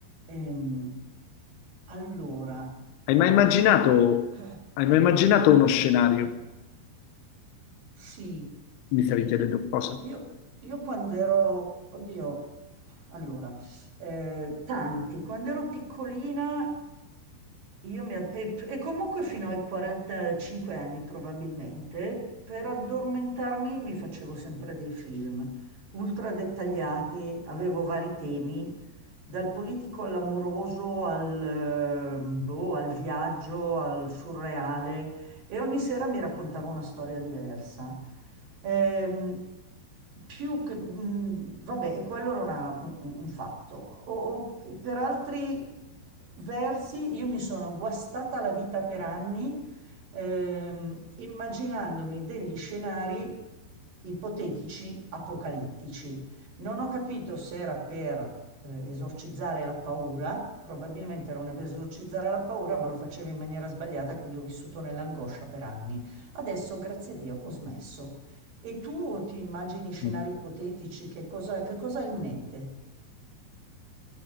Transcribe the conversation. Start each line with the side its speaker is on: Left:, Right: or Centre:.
Right: Ehm, allora,
Left: Hai mai immaginato,
Right: s- eh,
Left: hai mai immaginato uno scenario?
Right: sì,
Left: Mi stavi chiedendo cosa?
Right: io, io quando ero, oddio, allora, eh, tanti, quando ero piccolina, io mi, ad- e, e comunque fino ai 45 anni probabilmente, per addormentarmi mi facevo sempre dei film ultra dettagliati, avevo vari temi dal politico all'amoroso, al, eh, boh, al viaggio, al surreale, e ogni sera mi raccontava una storia diversa. Ehm, più che, mh, vabbè, e quello era una- un, un- un fatto. O- o- per altri versi, io mi sono guastata la vita per anni, ehm, immaginandomi degli scenari ipotetici apocalittici. Non ho capito se era per eh, esorcizzare la paura, probabilmente non è per esorcizzare la paura, ma lo facevo in maniera sbagliata, quindi ho vissuto nell'angoscia per anni. Adesso, grazie a Dio, ho smesso. E tu ti immagini scenari
Left: Mm.
Right: ipotetici, che cosa, che cosa hai in mente?